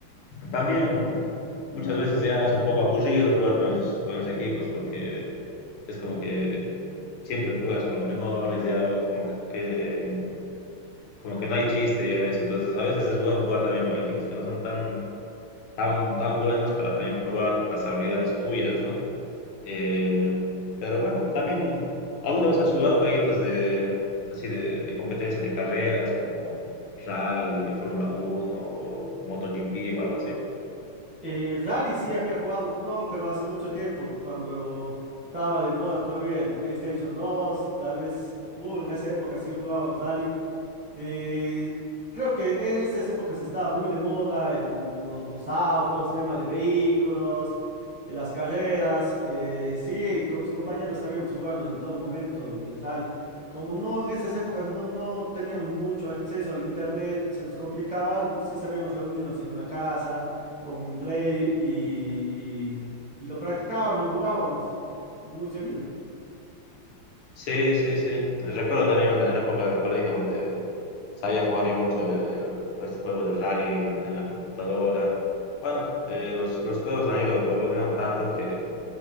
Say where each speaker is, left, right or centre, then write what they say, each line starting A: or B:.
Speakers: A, on the left; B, on the right.
A: También muchas veces ya es un poco aburrido jugar con esos, con esos equipos porque es como que siempre juegas con los mejores, ya como que, como que no hay chiste ya en eso. Entonces a veces es bueno jugar también con equipos que no son tan, tan, tan buenos para también probar las habilidades tuyas, ¿no? Eh, pero bueno, también alguna vez has jugado jueguitos de, así de, de competencia de carreras como rally, Fórmula uno o MotoGP o algo así.
B: Eh, Rally sí había jugado todo, pero hace mucho tiempo, cuando estaba de moda todavía el PlayStation 2, tal vez, uh, en esa época sí jugábamos Rally. Eh, creo que en esas épocas estaba muy de moda el- los, los autos, tema de vehículos, eh, las carreras. eh, sí, con mis compañeros sabíamos jugarlos en todo momento, el, el rally. Como no en esas épocas no, no teníamos mucho acceso al internet, se nos complicaba, l- sí sabíamos reunirnos en una casa con un play y, y y lo practicábamos, lo jugábamos muy seguido.
A: Sí, sí, sí. Recuerdo también en la, en la época del colegio donde sabía jugar yo mucho el- este juego de rally en, en la computadora. Bueno, eh, los, los juegos han ido evolucionando tanto que,